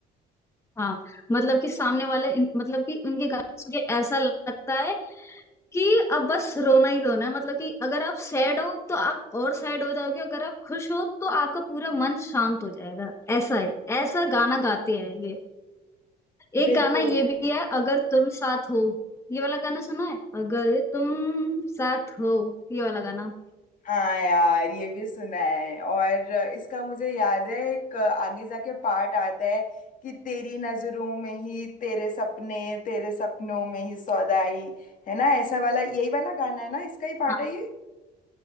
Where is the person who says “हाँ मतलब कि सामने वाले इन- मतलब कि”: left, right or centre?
Left